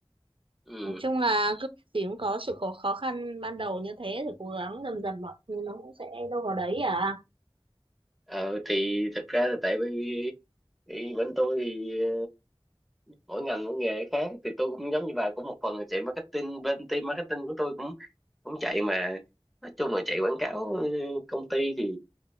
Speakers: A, in the centre; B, on the right.
A: ừ
B: Nói chung là cứ gì cũng có sự khó khó khăn ban đầu như thế thì cố gắng dần dần mọi thứ nó cũng sẽ đâu vào đấy à.
A: Ờ, thì thật ra là tại vì thì bên tôi thì ờ, mỗi ngành mỗi nghề khác thì tôi cũng giống như bà cũng một phần là chạy marketing bên team marketing của tôi cũng cũng chạy mà nói chung là chạy quảng cáo ờ, công ty thì